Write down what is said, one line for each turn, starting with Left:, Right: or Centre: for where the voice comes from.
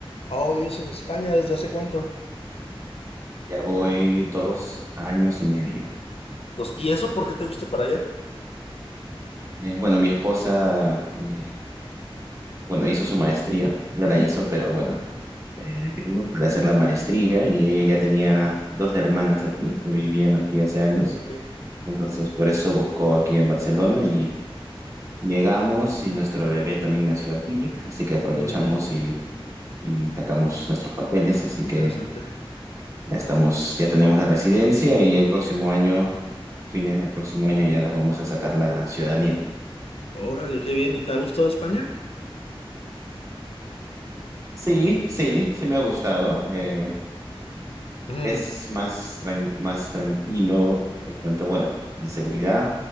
Left: Oh, vives en España desde hace cuánto.
Right: Ya voy dos años y medio.
Left: Los- ¿y eso por qué te fuiste para allá?
Right: Eh, bueno, mi esposa, eh, bueno, hizo su maestría, ya
Left: Ujú.
Right: la hizo, pero bueno, eh, vinimos para hacer la maestría y ella ya tenía dos hermanas aquí, que vivían aquí hace años.
Left: Ok, ok.
Right: Entonces, por eso buscó aquí en Barcelona y Llegamos y nuestro bebé también nació aquí, así que aprovechamos
Left: Mm,
Right: y, y sacamos nuestros papeles, así
Left: qué
Right: que
Left: interesante.
Right: ya estamos, ya tenemos la residencia y el próximo año, fines del próximo año ya vamos a sacar la ciudadanía.
Left: Órale, qué bien. ¿Y te ha gustado España?
Right: Sí, sí, sí me ha gustado. eh,
Left: Ujú,
Right: es
Left: <laughs>
Right: más, tran- más tranquilo, en cuanto, bueno, de seguridad,